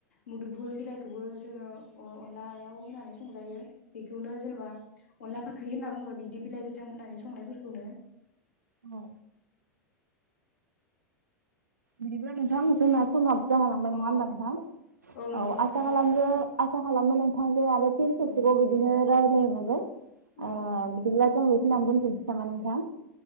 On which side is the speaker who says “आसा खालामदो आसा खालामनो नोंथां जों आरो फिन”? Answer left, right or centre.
Right